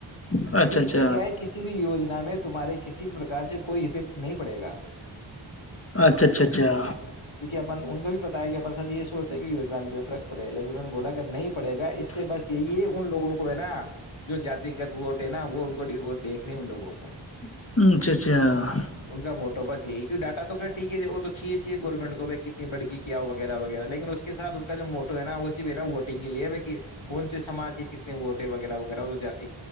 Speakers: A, on the left; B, on the left.
A: اچھا
B: اس
A: اچھا
B: سے کیا ہے کسی بھی یجنا میں تمہارے کسی بھی پرک سے کوئی افیکٹ نہیں پڑے گا
A: اچھا اچھا اچھا
B: کیونکہ اپن ان کو بھی پتا ہے کہ اپن یہ سوچتے کہ یجنا میں کوئی فرق پڑے گ لیکن انہوں نے بولا کہ نہیں پڑے گا اس سے بس یہی ان لگوں کو ہے نا جو جاتیگت ووٹ نا وہ ان کو وہ دیکھنے ان لوگوں کو
A: اچھا اچھا
B: ان کا موٹو بس یہی کی ڈاٹا تو کہ ٹھیک ہے ج وہ تو چاہیے چاہے گورنمنٹ کو بائی کتنی بڑ گ کیا ہو وغیرہ وغیرہ لیکن اس کےاتھ ان کا جو موٹو ہے نا وہ ص بھی نا ووٹنگ کے لیے ب کہ کون سے ساج کے کتنے ووٹ ہے وغیرہ وغیرہ وہ جاتی